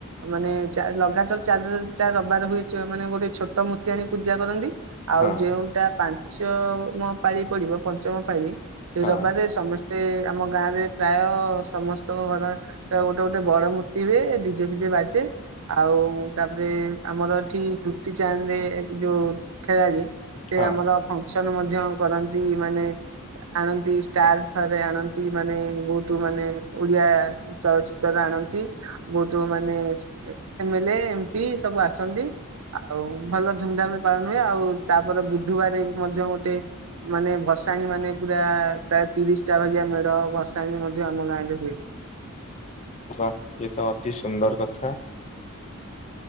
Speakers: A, on the right; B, on the left.
A: ମାନେ ଚା ଲଗାତାର ଚାରି ଟା ରବିବାର ହୁଏ ଚ ମାନେ ଗୋଟେ ଛୋଟ ମୂର୍ତ୍ତି ଆଣି ପୂଜା କରନ୍ତି। ଆଉ
B: ହଁ
A: ଯେଉଁଟା ପାଞ୍ଚମ ପାଳି ପଡିବ ପଞ୍ଚମ ପାଳି ସେ
B: ହଁ
A: ରବି ବାରେ ସମସ୍ତେ ମତେ ଆମ ଗାଁରେ ପ୍ରାୟ ସମସ୍ତଙ୍କ ଘର ଗୋଟେ ଗୋଟେ ବଡ ମୂର୍ତ୍ତି ହୁଏ ଦି ଡି ଜେ ଫିଜେ ବାଜେ ଆଉ ତାପରେ ଆମର ଏଠି ଦୁତି ଚାନ୍ଦେ ଯୋଉ ଖେଳାଳୀ ସେ
B: ହଁ
A: ଆମର ଟି ଫଙ୍କସନ୍ ମଧ୍ୟ କରନ୍ତି ମାନେ ଆଣନ୍ତି ଷ୍ଟାରେ ଫାରେ ଆଣନ୍ତି ମାନେ ବୋହୁତ ମାନେ ଓଡିଆ ଚଳଚ୍ଚିତ୍ର ଆଣନ୍ତି ବୋହୁତ ଲୋକମାନେ M L A M P ସବୁ ଆସନ୍ତି। ଆଉ ଭଲ ଧୁମଧାମ଼୍ ରେ ପାଳନ ହୁଏ ଆଉ ତାପରେ ବୁଧବାରେ ବି ମଧ୍ୟ ଗୋଟେ ମାନେ ଭସାଣୀ ମାନେ ପୁରା ପ୍ରାୟ ତିରିଶ ଟା ଭଳିଆ ମେଢ ଭସାଣି ମଧ୍ୟ ଆମ ଗାଁ ରେ ହୁଏ।
B: ବାଃ ଏ ତ ଅତି ସୁନ୍ଦର କଥା।